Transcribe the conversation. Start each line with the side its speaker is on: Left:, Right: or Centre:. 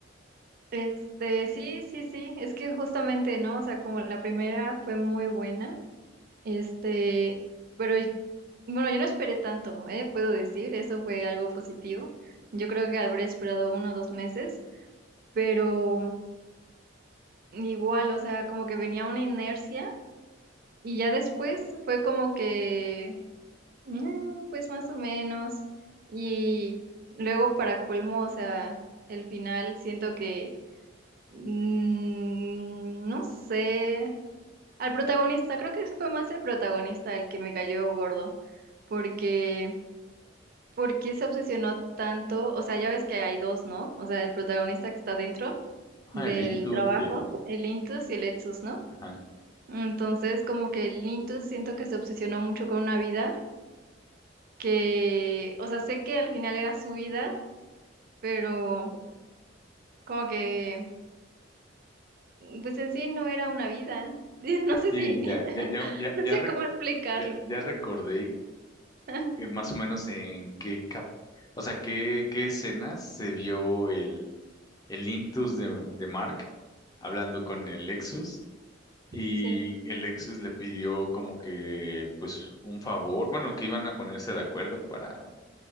Right: Este, sí, sí, sí. Es que justamente, ¿no? O sea, como la primera fue muy buena. Este, pero y- bueno, yo no esperé tanto, ¿eh? Puedo decir, eso fue algo positivo. Yo creo que habré esperado uno o dos meses, pero. Igual, o sea, como que venía una inercia y ya después fue como que, "Mm, pues más o menos. Y luego para colmo, o sea, el final siento que, mm, no sé, al protagonista, creo que ese fue más el protagonista el que me cayó gordo, porque, porque se obsesionó tanto, o sea, ya ves que hay dos, ¿no? O sea, el protagonista que está dentro
Left: Ajá,
Right: del
Left: el Intus
Right: trabajo,
Left: y el...
Right: el Intus y el Etsus, ¿no?
Left: Ajá.
Right: Entonces, como que el Intus siento que se obsesionó mucho con una vida que, o sea, sé que al final era su vida, pero como que, pues en sí no era una vida. <laughs> No sé
Left: Sí,
Right: si, <laughs>
Left: ya, ya, ya, ya,
Right: no
Left: ya,
Right: sé
Left: reco-
Right: cómo explicarlo.
Left: ya, ya recordé
Right: <laughs>
Left: eh, más o menos en qué cap- o sea, qué, qué escenas se vio el, el Intus de, de Mark hablando con el Lexus y
Right: Sí,
Left: el Lexus le pidió como que, pues, un favor, bueno, que iban a ponerse de acuerdo para,